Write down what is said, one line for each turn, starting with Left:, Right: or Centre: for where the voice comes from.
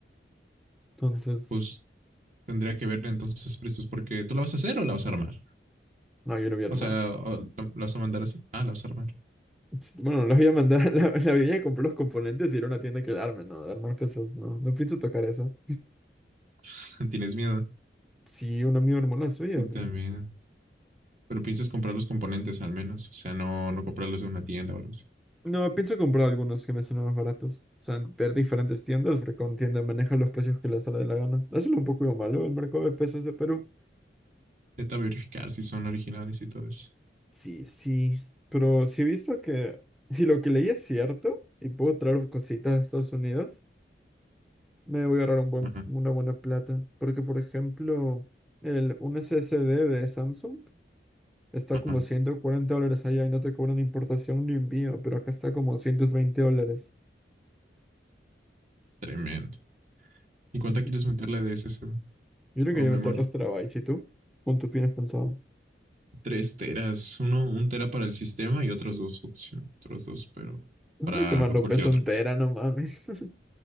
Centre: Entonces,
Right: Pues tendría que ver entonces precios porque ¿tú la vas a hacer o la vas a armar?
Centre: no, yo lo voy a armar.
Right: O sea, ¿o la, la vas a mandar así? Ah, la vas a armar.
Centre: Ts- Bueno, las voy a mandar, <laughs> la, la voy a comprar los componentes y ir a una tienda que la arme, no, de armar cosas, no, no pienso tocar eso.
Right: <laughs> ¿Tienes miedo?
Centre: Sí, un amigo armó la suya,
Right: Yo
Centre: pero...
Right: también. Pero piensas comprar los componentes al menos, o sea, no, no comprarlos de una tienda o algo así.
Centre: No, pienso comprar algunos que me salen más baratos. O sea, ver diferentes tiendas, porque con tienda maneja los precios que les sale de la gana. Eso es un poco lo malo el mercado de pesos de Perú.
Right: Intenta verificar si son originales y todo eso.
Centre: Sí, sí, pero si he visto que si lo que leí es cierto y puedo traer cositas a Estados Unidos, me voy a ahorrar un buen,
Right: Ajá,
Centre: una buena plata. Porque, por ejemplo, el, un SSD de Samsung está
Right: ajá.
Centre: como 140 dólares allá y no te cobran importación ni envío, pero acá está como 120 dólares.
Right: Tremendo. ¿Y
Centre: Entonces,
Right: cuánta quieres meterle de S SSD
Centre: yo le
Right: o
Centre: quería
Right: memoria?
Centre: meter 2 terabytes. ¿Y tú? ¿Cuánto tienes pensado?
Right: Tres teras, uno, un tera para el sistema y otros dos opciones, otros dos, pero
Centre: Un
Right: para
Centre: sistema
Right: cu-
Centre: no
Right: cualquier
Centre: pesa
Right: otra
Centre: un
Right: cosa.
Centre: tera, no mames. <laughs>